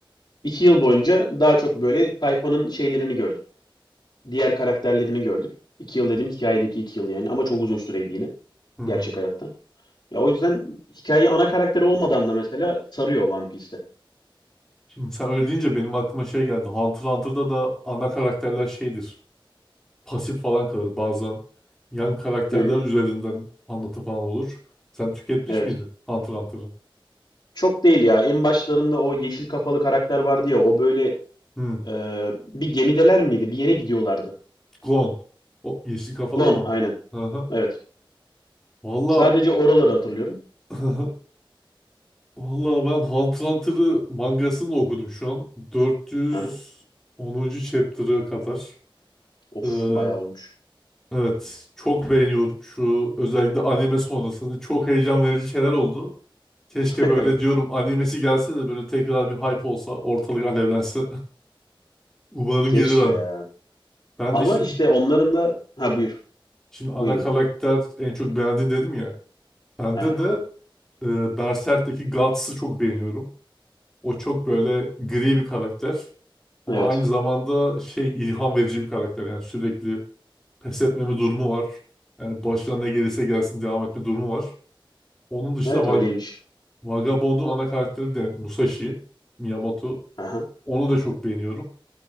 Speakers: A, on the left; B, in the centre.
A: İki yıl boyunca daha çok böyle tayfanın şeylerini gördük. Diğer karakterlerini gördük. İki yıl dediğim hikayedeki iki yıl yani. Ama çok uzun süreydi yine.
B: Hmm.
A: Gerçek hayatta. Ya o yüzden hikaye ana karakteri olmadan da mesela sarıyor One Piece'te.
B: Şimdi sen öyle deyince benim aklıma şey geldi. Hunter x Hunter'da da ana karakterler şeydir. pasif falan kalır. Bazen yan karakterler
A: Hı hı.
B: üzerinden anlatı falan olur. Sen tüketmiş
A: Evet.
B: miydin Hunter x Hunter'ı?
A: Çok değil ya. En başlarında o yeşil kafalı karakter vardı ya. O böyle
B: Hmm.
A: e, bir gemideler miydi? Bir yere gidiyorlardı.
B: Gon. O yeşil kafalı
A: Gon,
B: mı?
A: aynen.
B: Hı hı.
A: Evet.
B: Valla
A: Sadece oraları hatırlıyorum.
B: <laughs> Valla ben Hunter x Hunter'ı mangasını okudum şu an. 410.
A: Aha.
B: chapter'a kadar.
A: Of,
B: Ee,
A: bayağı olmuş.
B: evet. Çok beğeniyorum şu özellikle anime sonrasında. Çok heyecan verici şeyler oldu. Keşke
A: <laughs>
B: böyle
A: Evet.
B: diyorum animesi gelse de böyle tekrar bir hype olsa ortalık alevlense. Umarım
A: Keşke
B: gelir hanım.
A: ya.
B: Ben
A: Ama
B: de şimdi
A: işte onların da... Ha
B: Heh.
A: buyur.
B: şimdi ana
A: Buyur buyur.
B: karakter en çok beğendiğin dedim ya. Bende
A: Aha.
B: de e, Berserk'teki Guts'ı çok beğeniyorum. O çok böyle gri bir karakter. Ama
A: Evet.
B: aynı zamanda şey ilham verici bir karakter. Yani sürekli pes etmeme durumu var. Yani başına ne gelirse gelsin devam etme durumu var. Onun dışında
A: Evet
B: Vag-
A: öyleymiş.
B: Vagabond'un ana karakteri de Musashi Miyamoto.
A: Aha.
B: Onu da çok beğeniyorum.